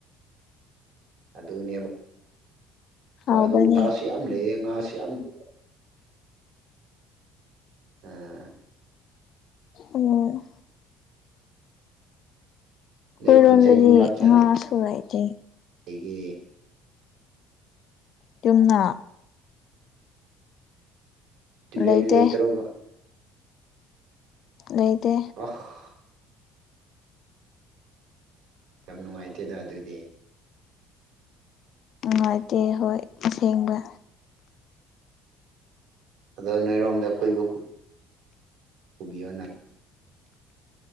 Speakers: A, on the right; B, on the left.
A: ꯑꯗꯨꯅꯦꯕ
B: ꯍꯥꯎꯕꯅꯦ
A: ꯑꯗꯨꯒꯨꯝꯕꯁꯨ ꯌꯥꯝ ꯂꯩꯌꯦ ꯉꯥꯁꯨ ꯌꯥꯝ ꯂꯩ ꯑꯥ
B: ꯑꯣ
A: ꯅꯣꯏ
B: ꯑꯩꯈꯣꯏꯔꯣꯝꯗꯗꯤ
A: ꯈꯨꯟꯁꯦ ꯌꯨꯝꯂꯛ ꯀꯌꯥ
B: ꯉꯥꯁꯨ ꯂꯩꯇꯦ
A: ꯂꯩꯒꯦ
B: ꯇꯨꯝꯅ
A: ꯇꯨꯔꯦꯟ
B: ꯂꯩꯇꯦ
A: ꯂꯩꯇ꯭ꯔꯣꯕ
B: ꯂꯩꯇꯦ
A: <unintelligible> ꯌꯥꯝ ꯅꯨꯡꯉꯥꯏꯇꯦꯗ ꯑꯗꯨꯗꯤ
B: ꯅꯨꯡꯉꯥꯏꯇꯦ ꯍꯣꯏ ꯑꯁꯦꯡꯕ
A: ꯑꯗꯣ ꯅꯣꯏꯔꯣꯝꯗ ꯀꯨꯏꯕ ꯄꯨꯕꯤꯌꯣꯅ